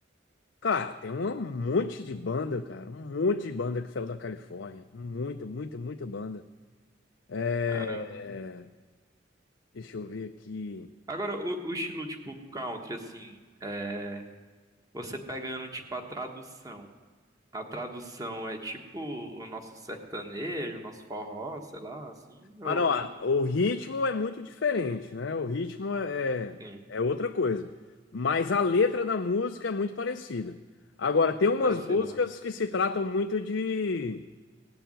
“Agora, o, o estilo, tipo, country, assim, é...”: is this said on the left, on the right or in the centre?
Right